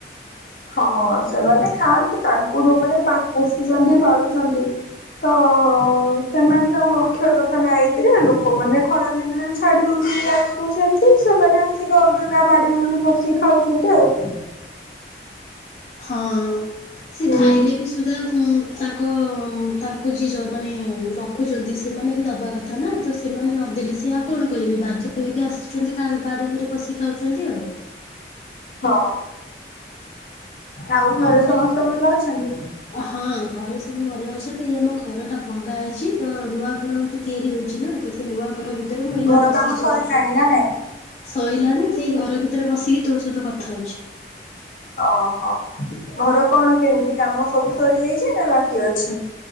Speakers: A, on the left (about 50°); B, on the left (about 35°).
A: ହଁ ସେମାନେ ଖାଆନ୍ତୁ ତାଙ୍କୁ ଯୋଉମାନେ ପୋଷୁଛନ୍ତି ପାଳୁଛନ୍ତି। ତ ସେମାନେ ତାଙ୍କୁ ରଖିବା କଥା ନାଁ ଏଇଥିରି ଲୋକମାନେ ଖରାଦିନରେ ଛାଡି ଦଉଛନ୍ତି ଗାଈଗୋରୁ ସେମିତି ସେମାନେ ଆସିକି ଅଲଗା କା ବାଡିଘରେ ପଶି ଖାଉଛନ୍ତି ଆଉ।
B: ହଁ ସେ
A: ହୁଁ।
B: ଖାଇଲେ ବି ସୁଦ୍ଧା ଉଁ ତାଙ୍କ ତାଙ୍କୁ ଯିଏ ଯେଉଁମାନେ ରଖୁଛନ୍ତି ସେମାନେ ବି ଦେବା କଥା ନା ତ ସେମାନେ ନଦେଲେ ସିଏ ଆଉ କଣ କରିବେ ବାଧ୍ୟ ହେଇକି ଆସିଛନ୍ତି ବାଡିଘରେ ପଶି ଖାଉଛନ୍ତି ଆଉ।
A: ହଁ ଆଉ ଘରେ
B: ଆମର
A: ସମସ୍ତେ ଭଲ ଅଛନ୍ତି?
B: ହଁ ଘରେ ସବୁ ଭଲ ଅଛନ୍ତି ଏଇ ଆମ ଘରଟା ଭଙ୍ଗା ହେଇ ତ ନୂଆ ଘର ଗୋଟେ ତିଆରି ହଉଛି ନା ତ ସେ ନୂଆ ଘର ଭିତରେ ମୁଁ ଏଇନା
A: ଘର
B: ବସିକି
A: କାମ ସରିଲାଣି
B: ତୋ ସହିତ
A: ନା ନାଇଁ?
B: ସଇଲାଣି ସେଇ ଘର ଭିତରେ ବସିକି ତୋ ସହିତ କଥା ହଉଛି।
A: ଓହୋ ଘର କଣ କେମିତି କାମ ସବୁ ସରିଯାଇଛି ନା ବାକି ଅଛି।